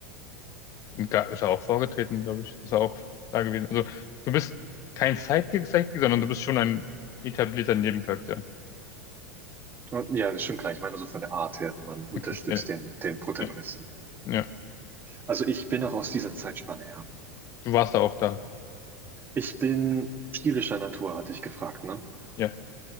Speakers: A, on the left; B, on the right.
A: Und Ga- ist er auch vorgetreten, glaube ich, ist er auch da gewesen. Also, du bist kein Sidekick, Sidekick, sondern du bist schon ein etablierter Nebencharakter.
B: Und Ja, das ist schon klar. Ich meine, so von der Art her, man unterstützt
A: Okay, ja,
B: den, den Protagonisten.
A: ja, ja,
B: Also ich bin auch aus dieser Zeitspanne, ja.
A: du warst da auch da,
B: Ich bin tierischer Natur, hatte ich gefragt, ne?
A: ja.